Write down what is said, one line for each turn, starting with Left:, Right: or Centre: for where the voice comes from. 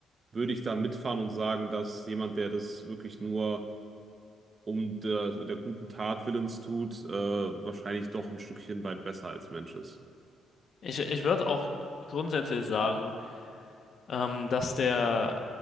Right: Würde ich da mitfahren und sagen, dass jemand, der das wirklich nur um der, der guten Tat willens tut, äh, wahrscheinlich doch ein Stückchen weit besser als Mensch ist.
Left: Ich, ich würde auch grundsätzlich sagen, ähm, dass der,